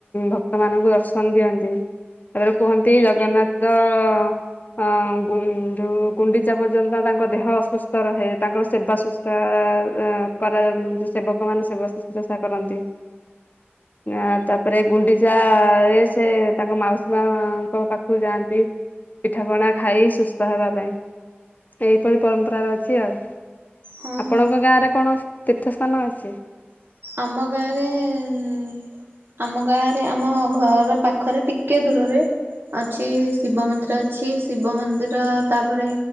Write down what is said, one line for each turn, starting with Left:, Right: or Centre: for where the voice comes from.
Left: ଭକ୍ତ ମାନଙ୍କୁ ଦର୍ଶନ ଦିଅନ୍ତି। ତାପରେ କୁହନ୍ତି ଜଗନ୍ନାଥ ହଁ ଗୁ ଯୋଉ ଗୁଣ୍ଡିଚା ପର୍ଯ୍ୟନ୍ତ ତାଙ୍କ ଦେହ ଅସୁସ୍ଥ ରହେ। ତାଙ୍କର ସେବା ଶୁଶୁରା ଏ କରା ସେବକ ମାନେ ସେବା ଶୁଶ୍ରୂଷା କରନ୍ତି। ଆ ତାପରେ ଗୁଣ୍ଡିଚା ରେ ସେ ତାଙ୍କ ମାଉସୀ ମାଙ୍କ ପାଖକୁ ଯାଆନ୍ତି। ପିଠାପଣା ଖାଇ ସୁସ୍ଥ ହେବା ପାଇଁ, ଏଇପରି ପରମ୍ପରା ରହିଚି ଆଉ।
Right: ହଁ
Left: ଆପଣଙ୍କ
Right: ହଁ
Left: ଗାଁରେ କଣ ତୀର୍ଥସ୍ଥାନ ଅଛି?
Right: ଆମ ଗାଁରେ ଉଁ ଆମ ଗାଁ ରେ ଆମ ଘର ପାଖରେ ଟିକେ ଦୂରରେ ଅଛି ଶିବ ମନ୍ଦିର ଅଛି। ଶିବ ମନ୍ଦିର ତାପରେ